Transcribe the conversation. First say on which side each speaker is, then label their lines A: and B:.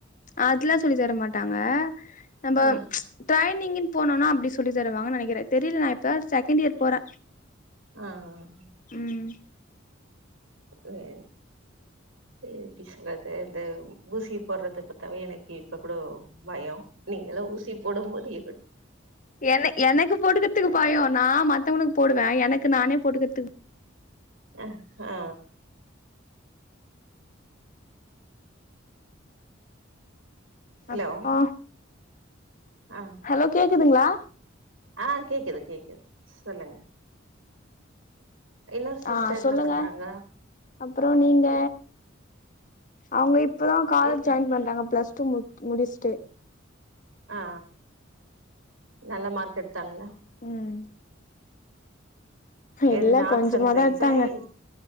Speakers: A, on the left; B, on the right.
A: அதுல்லா சொல்லி தரமாட்டாங்க நம்ப
B: ஆ
A: ட்ரைனிங்கின்னு போனோனா அப்டி சொல்லிதருவாங்கனு நினைக்கிறே தெரியல நா இப்பதா செகண்ட் இயர் போறே
B: ஆ ஆ
A: ம்
B: <inaudible> எப்டி சொல்றது இந்த ஊசி போடுறதபாத்தாவே எனக் இப்ப கூட பய நீங்கல்லா ஊசி போடும்போது
A: என்ன எனக்கு போட்டுக்கறதுக்கு பயோ நா மத்தவங்களுக்கு போடுவே எனக்கு நானே போட்டுக்கறதுக்கு
B: அ ஆ ஹலோ
A: அப்பா
B: ஆ
A: ஹலோ கேக்குதுங்களா
B: ஆ கேக்குது கேக்குது சொல்லுங்க. இன்னொரு சிஸ்டர்
A: ஆ சொல்லுங்க
B: என்ன பண்றாங்க
A: அப்பற நீங்க அங்க இப் இப்போதா காலேஜ்
B: இ
A: ஜாயின் பண்றாங்க பிளஸ் டூ முடு முடிச்சுட்டு
B: ஆ நல்ல மார்க் எடுத்தாங்களா
A: ம்
B: இது
A: இல்ல
B: ஆர்ட்ஸ்
A: கொஞ்சமாதா
B: அண்ட் சைன்ஸா
A: எடுத்தாங்க
B: இது